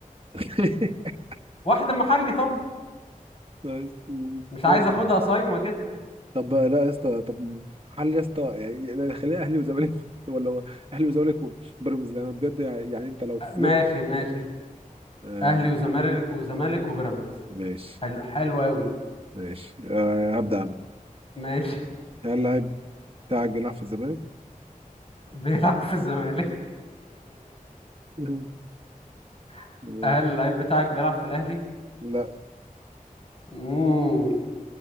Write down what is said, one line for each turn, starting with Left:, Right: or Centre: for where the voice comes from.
Right: <laughs>
Left: واحده محلي طب
Right: بس- استنى.
Left: مش عايز اخدها صايمه كده
Right: طب لا يا اسطى طب هل يا اسطى يعني أنا خليها اهلي وزمالك <laughs> ولا هو اهلي وزمالك وبيراميدز لان انا بجد يعني انت لو فضلت
Left: ماشي ماشي
Right: آه
Left: اهلي وزمالك وزمالك وبيراميدز
Right: ماشي
Left: حلو حلو قوي
Right: ماشي آه هبدأ انا
Left: ماشي
Right: هل اللعيب بتاعك بيلعب في الزمالك؟
Left: <laughs> بيلعب في الزمالك
Right: <laughs>
Left: <laughs>
Right: آه،
Left: هل اللعيب بتاعك بيلعب في الاهلي
Right: لا
Left: امم